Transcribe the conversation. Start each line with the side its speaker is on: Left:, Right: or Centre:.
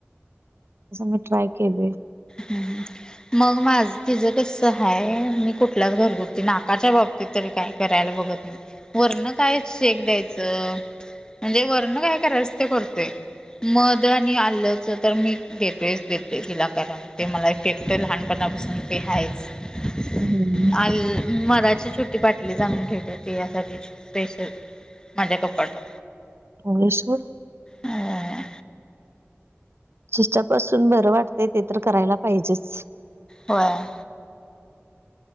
Right: तस मी ट्राय केलोय.
Left: ह मग माझ तिचं कस आहेय. मी कुठलाच घरगुती नाकाच्या बाब मी तरी काय करायला बघत नाही. वरण काय शेक द्यायचं. म्हणजे वरण काय करायचं ते करतोय मध आणि आल्याच तर मी देतोयच ते तिला प्यायला. ते मला इफेक्ट लहानपणापासून ते आहेच
Right: हम्मर
Left: आल मधाची छोटी बाटलीच आणून ठेवल्या. ते यासाठी स्पेशल माझ्या कपाटात
Right: भगेश्वर <unintelligible>
Left: अ
Right: जिच्यापासून बरं वाटतय ते तर करायला पाहिजेच.
Left: होय.